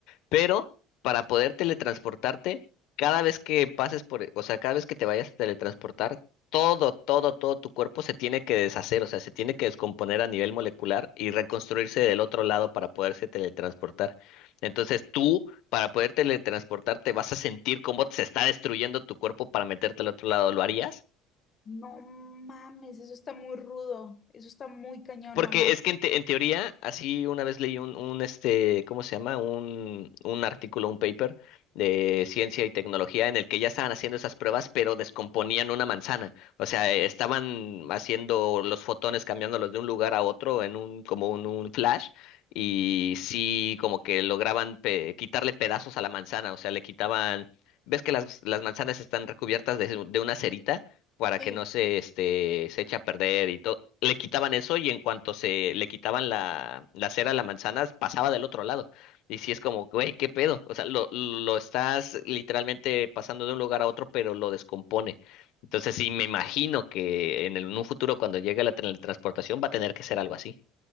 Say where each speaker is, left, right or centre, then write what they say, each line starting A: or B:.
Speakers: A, on the left (about 70°); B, on the left (about 35°).
A: pero para poder teletransportarte, cada vez que pases por, o sea, cada vez que te vayas a teletransportar, todo, todo, todo tu cuerpo se tiene que deshacer, o sea, se tiene que descomponer a nivel molecular y reconstruirse del otro lado para poderse teletransportar. Entonces tú, para poder teletransportarte, vas a sentir cómo se está destruyendo tu cuerpo para meterte al otro lado. ¿Lo harías?
B: No mames, eso está muy rudo, eso está muy cañón,
A: Porque
B: no
A: es que en, te- en teoría, así una vez leí un, un este, ¿cómo se llama? Un, un artículo, un paper de ciencia y tecnología en el que ya estaban haciendo esas pruebas, pero descomponían una manzana. O sea, eh, estaban haciendo los fotones, cambiándolos de un lugar a otro en un, como un, un flash, y sí, como que lograban pe- quitarle pedazos a la manzana. O sea, le quitaban, ¿ves que las, las manzanas están recubiertas de, de una cerita? para que
B: manches.
A: no se, este, se eche a perder y todo. Le quitaban eso y en cuanto se le quitaban la, la cera a la manzana, pasaba del otro lado. Y sí es como, güey, ¿qué pedo? O sea, lo, lo estás literalmente pasando de un lugar a otro, pero lo descompone. Entonces, sí, me imagino que en, el- en un futuro, cuando llegue la teletransportación, va a tener que ser algo así.